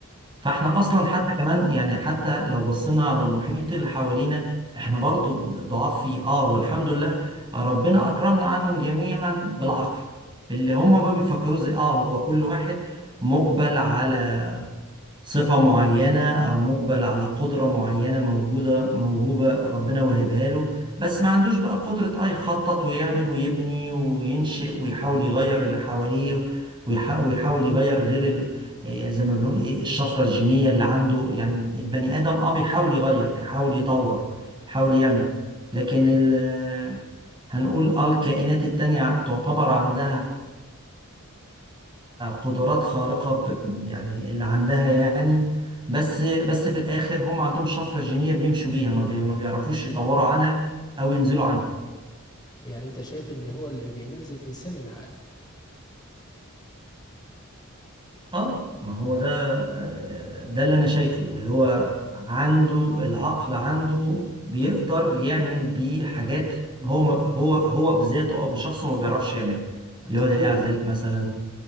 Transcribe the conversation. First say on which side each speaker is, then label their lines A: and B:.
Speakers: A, on the right; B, on the left.
A: فاحنا
B: يعني
A: اصلا حتى كمان يعني حتى لو بصينا على المحيط اللي حوالينا احنا برضو ضعاف فيه اه والحمد لله ربنا اكرمنا عنهم جميعا بالعقل اللي هم ما بيفكروا زي اه هو كل واحد مقبل على صفة معينة أو مقبل على قدرة معينة موجودة موهوبة ربنا وهبها له بس ما عندوش بقى قدرة أي يخطط ويعمل ويبني وينشئ ويحاول يغير اللي حواليه ويح- ويحاول يغير غير ال... يعني زي ما بنقول إيه الشفرة الجينية اللي عنده يعني البني آدم أه بيحاول يغير بيحاول يطور بيحاول يعمل لكن ال... هنقول آه الكائنات التانية تعتبر عندها قدرات خارقة ب- يعني اللي عندها يعني بس بس في الآخر هم عندهم شفرة جينية بيمشوا بيها ما, بي ما بيعرفوش يطوروا عنها أو ينزلوا عنها
B: يعني انت شايف ان هو اللي بيميز الانسان العقل
A: اه ما هو ده آه، ده اللي أنا شايفه اللي هو عنده العقل عنده بيقدر يعمل بيه حاجات هو ما- هو هو بذاته أو بشخصه ما بيعرفش يعملها
B: التطوير
A: اللي هو دليل على ذلك مثلا